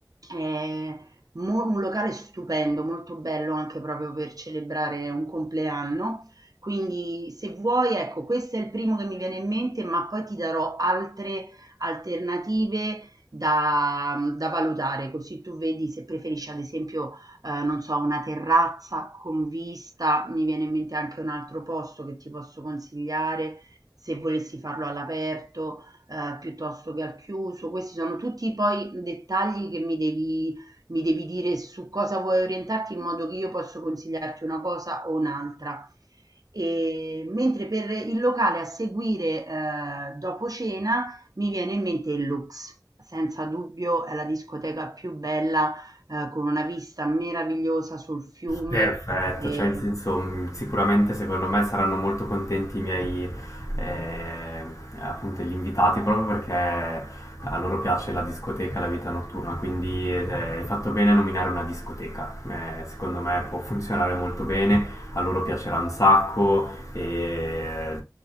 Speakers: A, on the right; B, on the left.
A: Eh, Mo un locale stupendo, molto bello anche proprio per celebrare un compleanno. Quindi se vuoi, ecco, questo è il primo che mi viene in mente, ma poi ti darò altre alternative da, da valutare, così tu vedi se preferisci ad esempio, eh, non so, una terrazza con vista, mi viene in mente anche un altro posto che ti posso consigliare se volessi farlo all'aperto, eh, piuttosto che al chiuso. Questi sono tutti poi dettagli che mi devi mi devi dire su cosa vuoi orientarti in modo che io posso consigliarti una cosa o un'altra. E, mentre per il locale a seguire eh, dopo cena mi viene in mente il Lux. Senza dubbio è la discoteca più bella, eh, con una vista meravigliosa sul fiume.
B: Perfetto,
A: E
B: cioè in senso mh, sicuramente secondo me saranno molto contenti i miei eh, appunto gli invitati proprio perché a loro piace la discoteca, la vita notturna, quindi eh, hai fatto bene a nominare una discoteca, Eh, secondo me può funzionare molto bene, a loro piacerà un sacco e